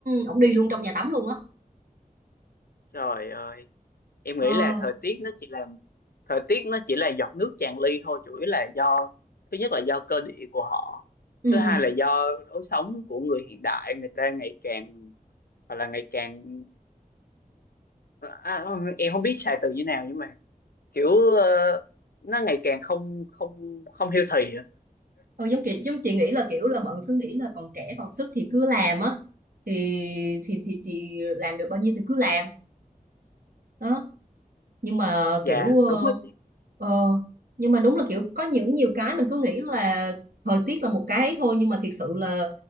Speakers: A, on the right (about 70°); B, on the left (about 85°).
A: ổng đi luôn trong nhà tắm luôn á
B: trời ơi em nghĩ
A: ờ
B: là thời tiết nó chỉ là thời tiết nó chỉ là giọt nước tràn ly thôi chủ yếu là do thứ nhất là do cơ địa của họ
A: ừ
B: thứ hai là do lối sống của người hiện đại người ta ngày càng hoặc là ngày càng à, em không biết xài từ như nào nhưng mà kiểu ờ, nó ngày càng không không không healthy á
A: ờ, giống chị giống chị nghĩ là kiểu là mọi người cứ nghĩ là còn trẻ còn sức thì cứ làm á thì thì thì chị làm được bao nhiêu thì cứ làm đó nhưng mà
B: dạ
A: kiểu ờ,
B: đúng á chị
A: ờ, nhưng mà đúng là kiểu có những nhiều cái mình cứ nghĩ là thời tiết là một cái thôi nhưng mà thiệt sự là